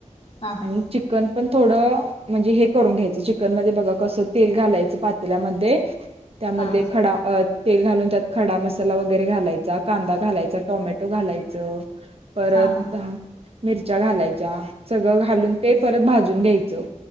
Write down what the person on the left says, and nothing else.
हा हा
हा
हा हा